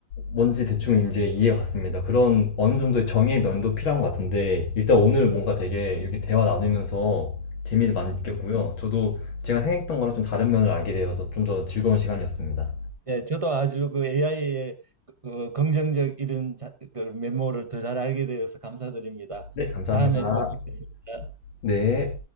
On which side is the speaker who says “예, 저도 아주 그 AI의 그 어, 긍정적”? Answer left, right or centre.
Right